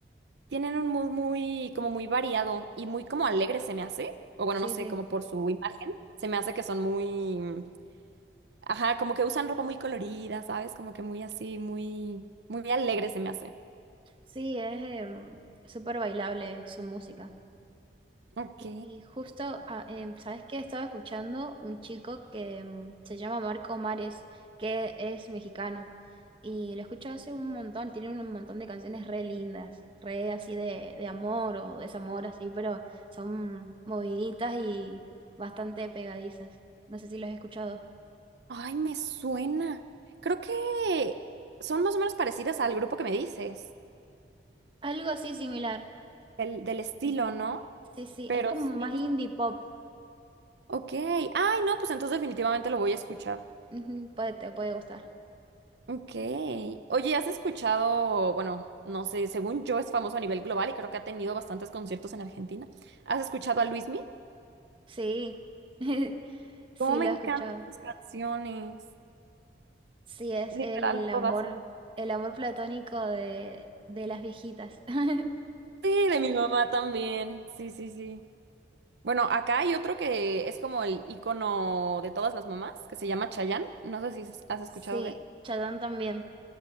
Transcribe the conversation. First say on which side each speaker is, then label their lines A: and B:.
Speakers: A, on the right; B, on the right.
A: Tienen un mood muy, como muy variado y muy como alegre se me hace, o bueno,
B: Sí,
A: no sé,
B: sí.
A: como por su imagen, se me hace que son muy, mm, ajá, como que usan ropa muy colorida, ¿sabes? Como que muy así, muy, muy alegre se me hace.
B: Sí, es em, súper bailable su música.
A: Ok.
B: Y justo, ah, em, ¿sabes qué? Estaba escuchando un chico que em, se llama Marco Mares, que es mexicano. Y lo escucho hace un montón, tiene un montón de canciones re lindas, re así de, de amor o desamor, así, pero son moviditas y bastante pegadizas. No sé si lo has escuchado.
A: Ay, me suena. Creo que son más o menos parecidas al grupo que me dices,
B: Algo así similar.
A: el, del estilo,
B: Ujú.
A: ¿no?
B: Sí, sí,
A: Pero
B: es como
A: sí.
B: más indie pop.
A: Ok. Ay, no, pues entonces definitivamente lo voy a escuchar.
B: Ujú, Puede, te puede gustar.
A: Ok. Oye, ¿has escuchado, bueno, no sé, según yo es famoso a nivel global y creo que ha tenido bastantes conciertos en Argentina? ¿Has escuchado a Luismi?
B: Sí, <laughs> sí,
A: Cómo me
B: lo
A: encantan
B: he escuchado.
A: sus canciones,
B: Sí, es
A: literal
B: el amor,
A: todas.
B: el amor platónico de, de las viejitas. <laughs>
A: Sí, de mi mamá también. Sí, sí, sí. Bueno, acá hay otro que es como el icono de todas las mamás, que se llama Chayanne. No sé si has escuchado
B: Sí,
A: de él,
B: Chadón también,